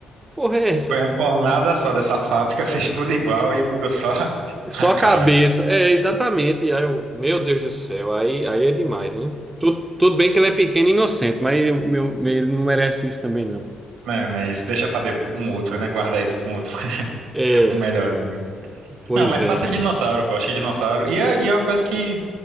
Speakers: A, on the right; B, on the right.
A: porra é essa?
B: Foi uma fornada só dessa fábrica, <laughs> fez tudo igual e mudou só
A: Só
B: a cara.
A: a cabeça. É, exatamente. E Aí eu, meu Deus do céu, aí, aí é demais, né? Tudo, tudo bem que ele é pequeno e inocente, mas eu- meu, meu- ele não merece isso também, não.
B: Não, não é isso. Deixa pra depois, um outro, né? Guardar isso pra um outro, <laughs>
A: É,
B: um melhorzinho.
A: pois
B: Não, mas
A: é,
B: faça
A: cara.
B: dinossauro, pô. Eu acho que dinossauro. E é, e é uma coisa que